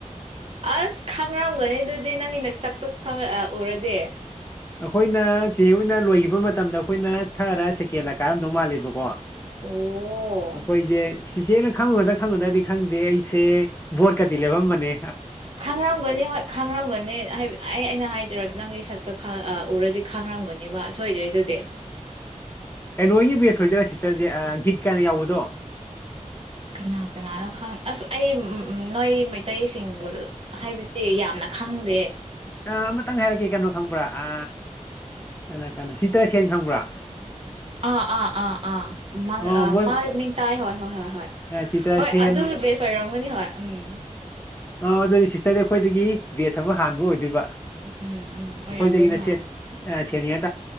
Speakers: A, on the right (about 50°); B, on the left (about 20°).
A: ꯑꯁ ꯈꯥꯡꯔꯝꯒꯅꯤ ꯑꯗꯨꯗꯤ ꯅꯪꯒꯤꯅ ꯆ ꯈ ꯑꯣꯏꯔꯗꯤꯦ
B: ꯑꯩꯈꯣꯏꯅ ꯆꯦ ꯑꯣꯏꯅ ꯂꯣꯏꯈꯤꯕ ꯃꯇꯝꯗ ꯑꯩꯈꯣꯏꯅ ꯊꯥꯔ ꯁꯦꯀꯦꯟꯂ ꯀꯥꯔꯝꯗꯧ ꯃꯥꯜꯂꯦꯕꯀꯣ ꯑꯩꯈꯣꯏꯁꯦ
A: ꯑꯣ
B: ꯁꯤꯆꯦꯅ ꯈꯪꯉꯨꯨꯔꯗ ꯈꯪꯉꯨꯗ꯭ꯔꯗꯤ ꯈꯪꯗꯦ ꯑꯩꯁꯦ ꯕꯣꯠꯀꯗꯤ ꯂꯦꯞꯔꯝꯕꯅꯦ
A: ꯈꯥꯡꯔꯝꯒꯅꯤ ꯍꯣꯏ ꯈꯥꯡꯔꯝꯒꯅꯤ ꯑꯩ ꯑꯩꯅ ꯍꯥꯏꯗꯣꯏꯔ ꯅꯪꯒꯤ ꯁꯛꯇ ꯎꯔꯗꯤ ꯈꯥꯡꯅꯔꯝꯒꯅꯦꯕ ꯁꯣꯏꯗ꯭ꯔꯦ ꯑꯗꯨꯗꯤ
B: ꯑꯦ ꯅꯣꯏꯒꯤ ꯕꯦꯁ ꯑꯣꯏꯗꯣꯏꯔꯥ ꯁꯤꯁꯇꯔꯁꯦ ꯒꯤꯠ ꯀꯌꯥꯅ ꯌꯥꯎꯕꯗꯣ
A: ꯀꯅꯥ ꯀꯅꯥꯅꯣ ꯈꯪ ꯑꯁ ꯑꯩ ꯅꯣꯏ ꯃꯩꯇꯩꯁꯤꯡꯕꯨ ꯍꯥꯏꯕ ꯌꯥꯝꯅ ꯈꯪꯗꯦ
B: ꯑ ꯑꯃꯇꯪ ꯍꯥꯏꯔꯛꯒꯦ ꯀꯩꯅꯣ ꯈꯪꯕ꯭ꯔꯥ ꯑ ꯀꯩꯅꯣ ꯀꯩꯅꯣ ꯆꯤꯇ꯭ꯔꯁꯦꯟ ꯈꯪꯕ꯭ꯔꯥ
A: ꯑꯥ ꯑꯥ ꯑꯥ ꯑꯥ
B: ꯑꯣ ꯃꯣꯏ
A: ꯃꯥ ꯃꯤꯡ ꯇꯥꯏ ꯍꯣꯏ ꯍꯣꯏ ꯍꯣꯏ ꯍꯣꯏ
B: ꯆꯤꯇ꯭ꯔꯁꯦꯟ
A: ꯍꯣꯏ ꯑꯗꯨ ꯕꯦꯁ ꯑꯣꯏꯔꯝꯒꯅꯤ ꯍꯣꯏ ꯎꯝ
B: ꯑꯣ ꯑꯗꯨꯗꯤ ꯁꯤꯁꯇꯔꯗꯤ ꯑꯩꯈꯣꯏꯗꯒꯤ ꯕꯦꯁ ꯑꯃ ꯍꯥꯟꯕ ꯑꯣꯏꯗꯣꯏꯕ
A: ꯎꯝ ꯎꯝ ꯑꯣꯏꯔꯝꯒꯅꯤ
B: ꯑꯩꯈꯣꯏꯗꯒꯤ ꯃꯆꯦꯠ
A: ꯍꯣꯏ
B: ꯀꯦꯔꯤꯔ